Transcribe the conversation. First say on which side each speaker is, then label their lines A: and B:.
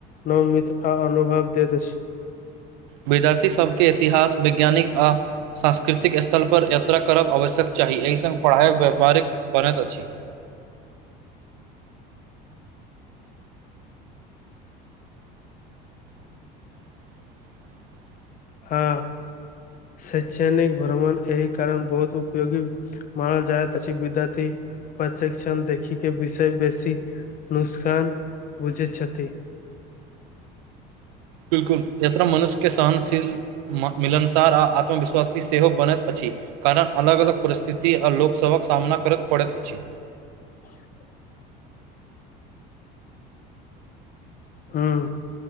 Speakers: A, on the left; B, on the right.
A: नमित आ अनुभव दैत अछि
B: विद्यार्थी सबके इतिहास वैज्ञानिक आ सांस्कृतिक स्थलपर यात्रा करब आवश्यक चाही एहि संग पढ़ाइक व्यापारिक बनैत अछि <inaudible>
A: हँ शैषणिक भ्रमण एहि कारण बहुत उपयोगी मानल जायत अछि विद्यार्थी प्रशेक्षण देखिक केँ विषय बेसी नुस्कान बुझै छथि
B: बिलकुल यात्रा मनुष्य केँ सहनशील म मिलनसार आ आत्मविश्वासी सेहो बनैत अछि कारण अलग अलग परिस्थिति आ लोक सभक सामना करत पड़ैत अछि
A: <inaudible> हुँ